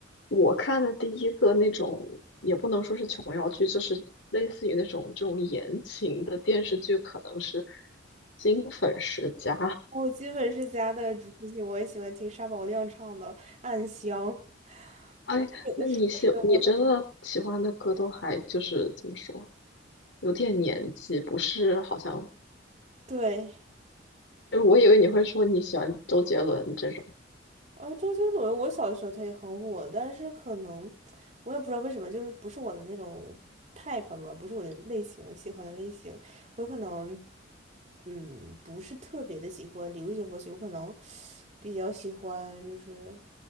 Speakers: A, on the left; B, on the right.
A: 我看的第一个那种也不能说是琼瑶剧，就是类似于那种这种言情的电视剧，可能是《金粉世家》。
B: 我基本是家的主题曲，我也喜欢听沙宝亮唱的《暗香》，
A: 哎，
B: 我有的时候是都会会。
A: 那你喜你真的喜欢的歌都还就是怎么说，有点年纪，不是好像，
B: 对，
A: 因为我以为你会说你喜欢周杰伦这种。
B: 呃，周杰伦，我小的时候他也很火，但是可能我也不知道为什么，就是不是我的那种 type 吧，不是我的类型，喜欢的类型，我可能嗯不是特别的喜欢流行歌曲，我可能比较喜欢就是